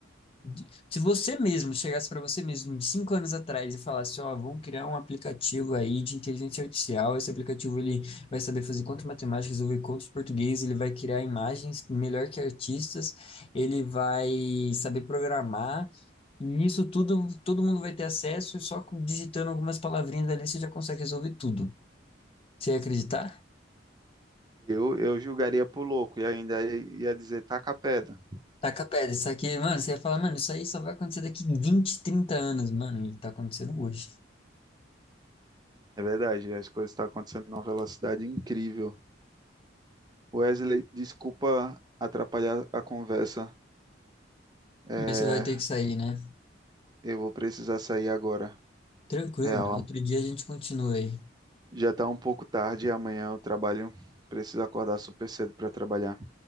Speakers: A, on the left (about 30°); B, on the right (about 20°).
A: De- Se você mesmo chegasse para você mesmo de cinco anos atrás e falasse, ó, vamos criar um aplicativo aí de inteligência artificial, esse aplicativo ele vai saber fazer conta de matemática, resolver conta de português, ele vai criar imagens melhor que artistas, ele vai saber programar, e nisso tudo todo mundo vai ter acesso e só com- digitando algumas palavrinhas ali você já consegue resolver tudo. Você ia acreditar?
B: eu, eu julgaria por louco e ainda ia dizer taca a pedra.
A: Taca pedra, isso aqui, mano, você ia falar, mano, isso aí só vai acontecer daqui 20, 30 anos, mano, e tá acontecendo hoje.
B: É verdade, as coisas estão acontecendo numa velocidade incrível. Wesley, desculpa atrapalhar a conversa. É,
A: Mas você vai ter que sair, né?
B: eu vou precisar sair agora.
A: Tranquilo,
B: Real,
A: mano. Outro dia a gente continua aí.
B: já está um pouco tarde e amanhã eu trabalho. Preciso acordar super cedo para trabalhar.